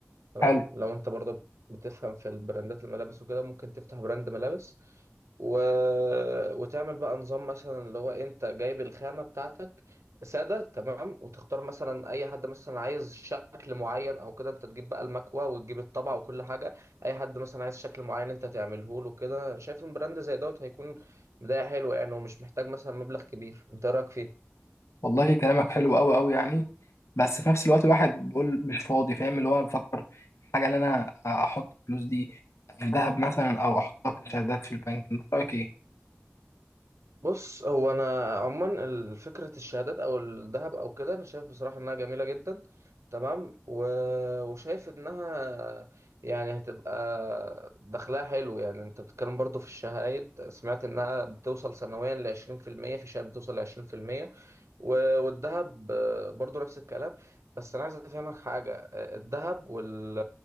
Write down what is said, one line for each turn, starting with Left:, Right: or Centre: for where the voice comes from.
Right: تمام
Left: ايه
Right: لو انت برضو بتفهم في البراندات الملابس وكده ممكن تفتح براند ملابس و... وتعمل بقى نظام مثلا اللي هو انت جايب الخامة بتاعتك سادة تمام وتختار مثلا اي حد مثلا عايز شكل معين او كده انت تجيب بقى المكوة وتجيب الطبعة وكل حاجة اي حد مثلا عايز شكل معين انت تعمله له كده شايف ان براند زي دوت هيكون بداية حلوة يعني ومش محتاج مثلا مبلغ كبير انت إيه رأيك فيه
Left: والله كلامك حلو قوي قوي يعني بس في نفس الوقت الواحد بيقول مش فاضي فاهم اللي هو بفكر في حاجه اللي انا احط الفلوس دي في ذهب مثلا او احطها كشهادات في البنك انت رايك ايه
Right: بص هو انا عموما ال- فكره الشهادات او الذهب او كده انا شايف بصراحه انها جميله جدا تمام و... وشايف انها يعني هتبقى دخلها حلو يعني انت بتتكلم برضو في الشهايد سمعت انها بتوصل سنويا ل 20% في المية، في شهاده بتوصل ل 20% و... والذهب آه، برضو نفس الكلام بس انا عايز افهمك حاجه آه، الذهب وال...